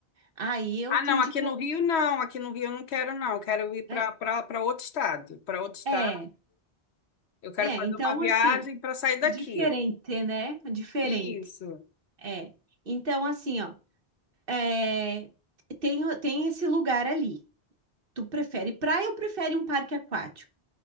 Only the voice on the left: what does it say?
Ah,
não,
aqui no Rio não, aqui no Rio eu não quero, não. Eu quero ir para
para outro estado, para outro estado.
Eu quero
fazer
uma viagem
para sair daqui.
Isso.